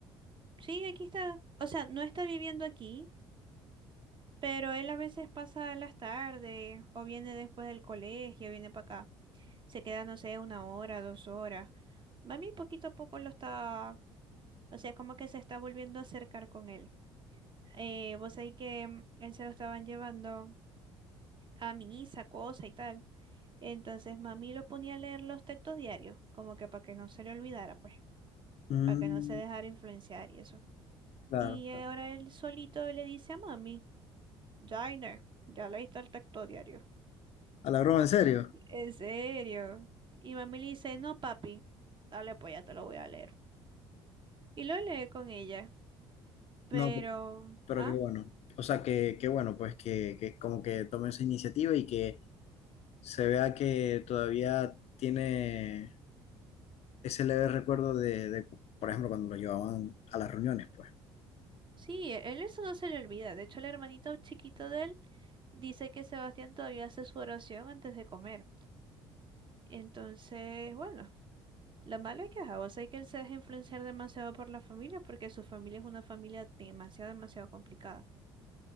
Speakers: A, on the right; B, on the left.
A: Sí, aquí está. O sea, no está viviendo aquí, pero él a veces pasa las tardes o viene después del colegio, viene para acá. Se queda, no sé, una hora, dos horas. Mami poquito a poco lo está, o sea, como que se está volviendo a acercar con él. Eh, vos sabés que mm, él se lo estaban llevando a misa, cosa y tal. Entonces mami lo ponía a leer los textos diarios, como que para que no se le olvidara, pues,
B: Mm,
A: para que no se dejara influenciar y eso.
B: claro,
A: Y
B: claro.
A: ahora él solito le dice a mami, Jainer, ya leíste el texto diario.
B: ¿A la broma en serio?
A: ¿En serio? Y mami le dice, no, papi, dale, pues ya te lo voy a leer. Y lo lee con ella. Pero,
B: No, pe- pero
A: ah,
B: qué bueno. O sea, que, que bueno, pues que, que como que tome esa iniciativa y que se vea que todavía tiene ese leve recuerdo de, de, por ejemplo, cuando lo llevaban a las reuniones, pues.
A: sí, él eso no se le olvida. De hecho, el hermanito chiquito de él dice que Sebastián todavía hace su oración antes de comer. Entonces, bueno, lo malo es que, ajá, vos sabés que él se deja influenciar demasiado por la familia porque su familia es una familia demasiado, demasiado complicada.